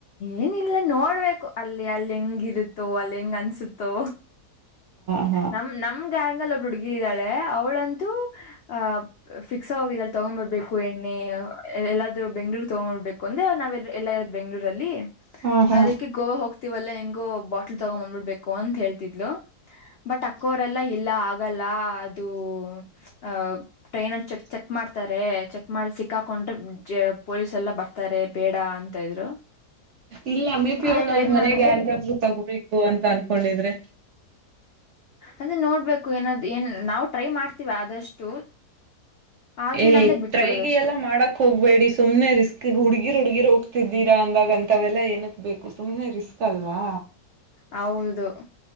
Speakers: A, on the left (about 70°); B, on the right (about 60°).
A: ಏನಿಲ್ಲ ನೋಡ್ಬೇಕು ಅಲ್ಲಿ ಅಲ್ಲಿ ಹೆಂಗಿರುತ್ತೋ ಅಲ್ಲಿ ಹೆಂಗ್ ಅನ್ಸುತ್ತೋ.
B: ಹ-
A: ನಮ ನಮ. ನಮ್ ಗ್ಯಾಂಗ್ ಅಲ್ಲಿ ಒಬ್ರು ಹುಡುಗಿ ಇದ್ದಾಳೆ ಅವಳಂತೂ ಅಹ್ ಫಿಕ್ಸ್ ಹೋಗಿದ್ದಾಳ ತಗೊ್ ಬರ್ಬೇಕು. ಹೂ ಎಣ್ಣೆ ಎಲ್ಲಾದ್ೂ ಬೆಂಗಳೂರ್ ತಗೊಂಡ್ಬೋಡ್ಬೇಕು ಅಂದ್ರೆ ನಾವ್ ಎಲ್ಲ ಇರೋದ್ ಬೆಂಗ್ಳೂರಲ್ಲಿ.
B: ಹಾ ಹಾ
A: ಅದಕ್ಕೆ ಗೋವಾ ಹೋಗ್ತಿವಲ್ಲಾ ಹೆಂಗೋ ಬಾಟ್ಲ್ ತಗೊ್ ಬಂದ್ಬಿಡ್ಬೇಕು ಅಂತ ಹೇಳ್ತಿದ್ಲು. ಬಟ್ ಅಕ್ಕೋರೆಲ್ಲಾ ಇಲ್ಲ ಆಗಲ್ಲ ಅದು ಅ. ಟ್ರೈನ್ಲ್ಲಿ ಚೆಕ್ ಚೆಕ್ ಮಾಡ್ತಾರೆ ಚೆಕ್ ಮಾಡಿ ಸಿಕ್ಕಾಕೊಂಡ್ರೆ ಪೊಲೀಸ್ ಎಲ್ಲಾ ಬರ್ತಾರೆ. ತಾರೆ ಬೇಡ ಅಂತ ಇದ್ರು.
B: ಇಲ್ಲ ಮಮೇಪಿ
A: ಆದ್ರೆ
B: ಅವಳ
A: ಟ್ರೈ
B: ಅವ್ರ ಮನೆಗ್
A: ಮಾಡು
B: ಯಾರಿಗಾದ್ೂ ತಗೋಬೇಕು ಅಂತ ಅನ್ಕೊಂಡಿದ್ರೆ.
A: ಅದೇ ನೋಡ್ಬೇಕು ಏನಾದ್ ಏನ್ ನಾವು ಟ್ರೈ ಮಾಡ್ತೀವ ಆದಷ್ಟು. ಆಗಿಲ್ಲ
B: ಏ
A: ಅಂದ್ರೆ ಬಿಟ್ಬಿಡೋದಷ್ಟೆ
B: ಟ್ರೈ ಗಿ ಎಲ್ಲ ಮಾಡಕ್. ಹೋಗ್ಬೇಡಿ ಸು್ನೆ ರಿಸ್ಕ್ಗ್ ಹುಗಿರ್ ಹುಡ್ಗಿ ಹೋಗ್ತಿದ್ದೀರಾ ಅಂದಾಗ ಅಂತ ಎಲ್ಲಾ ಏನಕ್ ಬೇಕು. ಸುಮ್ನೆ ರಿಸ್ಕ್ ಅಲ್ವಾ.
A: ಹೌದು.